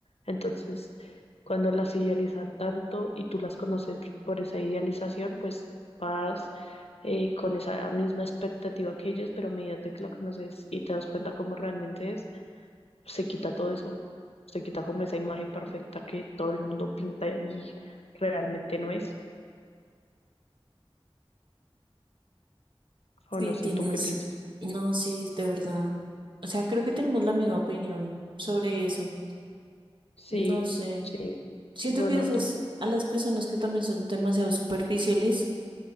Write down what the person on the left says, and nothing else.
Entonces, cuando las idealizan tanto y tú las conoces por esa idealización, pues vas eh, con esa misma expectativa que ellos, pero a medida de que la conoces y te das cuenta cómo realmente es, se quita todo eso. Se quita como esa imagen perfecta que todo el mundo pinta y realmente no es. O
no sé
tú qué piensas.
Sí,
sí,
lo
noto.